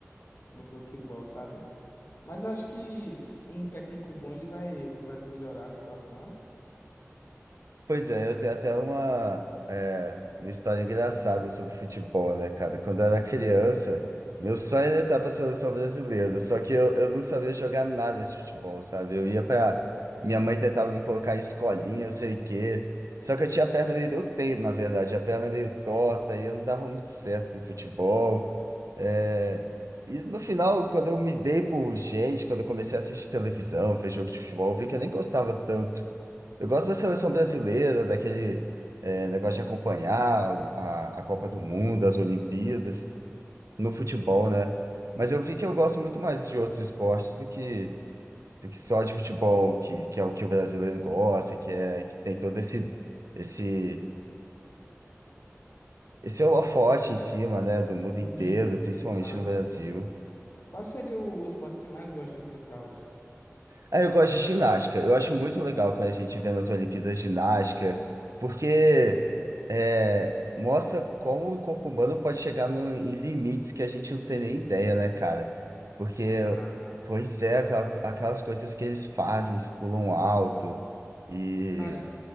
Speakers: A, on the left; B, on the right.
A: no futebol, sabe? Mas eu acho que um técnico bom ele vai, vai melhorar a situação.
B: Pois é, eu tenho até uma, é, uma história engraçada sobre futebol, né, cara? Quando eu era criança, meu sonho era entrar pra seleção brasileira, só que eu, eu não sabia jogar nada de futebol, sabe? Eu ia pra. Minha mãe tentava me colocar em escolinha, eu sei o quê. Só que eu tinha a perna meio. Eu tenho, na verdade, a perna meio torta e eu não dava muito certo com futebol. É, E no final, quando eu me dei por gente, quando eu comecei a assistir televisão, ver jogo de futebol, eu vi que eu nem gostava tanto. Eu gosto da seleção brasileira, daquele eh, negócio de acompanhar o- a, a Copa do Mundo, as Olimpíadas, no futebol, né? Mas eu vi que eu gosto muito mais de outros esportes do que, do que só de futebol, que, que é o que o brasileiro gosta, que é que tem todo esse esse esse holofote em cima, né, do mundo
A: Sim,
B: inteiro, principalmente
A: exato.
B: no Brasil.
A: Qual seria o esporte que você mais gosta assim, e tal?
B: Ah, eu gosto de ginástica. Eu acho muito legal quando a gente vê nas Olimpíadas ginástica, porque é, mostra como o corpo humano pode chegar no- em limites que a gente não tem nem ideia, né, cara? Porque,
A: Exato.
B: pois é, aquela- aquelas coisas que eles fazem, eles pulam alto. E.
A: Cara,